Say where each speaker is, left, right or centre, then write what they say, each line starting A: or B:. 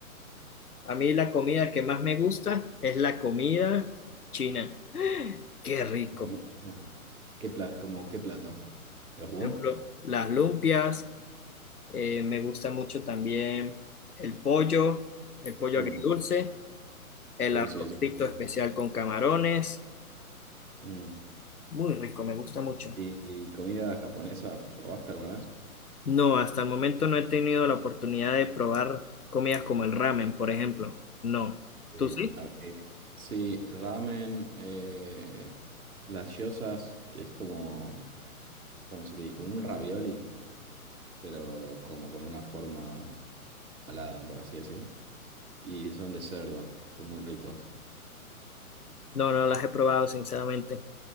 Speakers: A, on the left; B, on the right.
A: A mí la comida que más me gusta es la comida china. Qué rico.
B: La comida china. ¿Qué pla- como qué plato? ¿Los wok?
A: Por ejemplo, las lumpias. eh, me gusta mucho también el pollo, el pollo
B: Mm.
A: agridulce. El
B: Uy,
A: arroz
B: sí, eso está
A: frito
B: muy bien.
A: especial con camarones,
B: Mm.
A: muy rico, me gusta mucho.
B: ¿Y, y comida japonesa probaste alguna vez?
A: No, hasta el momento no he tenido la oportunidad de probar comidas como el ramen, por ejemplo. No.
B: Sí,
A: ¿Tú sí?
B: a eh, sí, ramen, eh, las gyozas, que es como, como se te dice, como un ravioli, pero como con una forma alada por así decir. Y son de cerdo, son muy ricos.
A: No, no las he probado, sinceramente.